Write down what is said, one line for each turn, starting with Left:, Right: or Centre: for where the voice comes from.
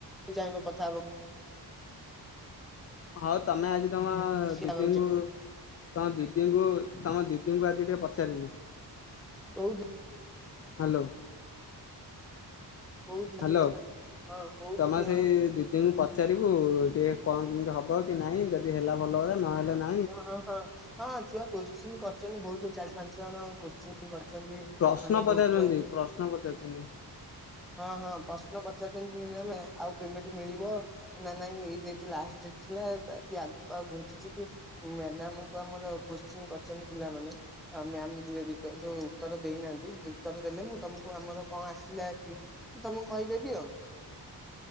Centre: ଚାହିଁବ କଥା ହବାକୁ।
Left: ହଉ ତମେ ଆଜି ତମ
Centre: କୋଉ
Left: ଦିଦଙ୍କୁ ତମ ଦିଦିଙ୍କୁ ତମ ଦିଦିଙ୍କୁ ଆଜି ଟିକେ ପଚାରିବୁ।
Centre: <unintelligible>
Left: ହ୍ୟାଲୋ।
Centre: କୋଉ ଦିଦି
Left: ହ୍ୟାଲୋ
Centre: ହଁ କୋଉ
Left: ତମ
Centre: ଦିଦି
Left: ସେଇ
Centre: ଆମ
Left: ଦି ଦିଦିଙ୍କୁ ପଚାରିବୁ ଟିକେ କଣ କେମିତି ହବ କି ନାଇଁ ଯଦି ହେଲା ଭଲ କଥା ନହେଲେ ନା
Centre: ଓ ହଁ ହଁ ହଁ ଛୁଆ କୋଶ୍ଚି କରିଛନ୍ତି ବହୁତ ଚାରି ପାଞ୍ଚ ଜଣ କୋଶ୍ଚିନ୍ କରିଛନ୍ତି।
Left: ପ୍ରଶ୍ନ
Centre: ମାନେ
Left: ପଚାରୁଛନ୍ତି
Centre: ବହୁତ ଛୁଆ
Left: ପ୍ରଶ୍ନ ପଚାରୁଛନ୍ତି।
Centre: ହଁ ହଁ ପ୍ରଶ୍ନ ପଚାରୁଛନ୍ତି ଆଉ ପେମେଣ୍ଟ ମିଳିବ। ନା ନାଇଁ ଏଇ ଡଟ ଲାଷ୍ଟ ଡେଟ ଥିଲାକି ଆଗକୁ ଆଉ ଘୁଞ୍ଚିଚି କି? ମ୍ୟାଡାମକୁ ଆମର କୋଶ୍ଚିନ୍ କରିଛନ୍ତି ପିଲାମାନେ ଆ ମ୍ୟାମ ଯ ଯୋଉ ଉତ୍ତର ଦେଇନାହାନ୍ତି ଉତ୍ତର ଦେଲେ ମୁଁ ତମକୁ ଆମର କଣ ଆସିଲା ଏଠି ମୁ ତମକୁ କହିଦେବି। ଆଉ